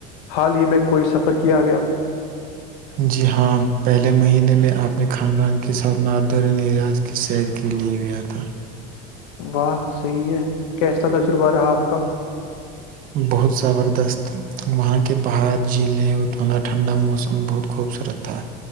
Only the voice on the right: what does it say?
جی ہاں پہلے مہینے میں اپنے خاندان کے ساتھ ناردرن ایریاض کی سیر کے لے گیا تھا
بہت زبردست وہاں کے پہاڑ جھیلیں اور توا ٹھنڈا موسم بہت خوبصورت تھا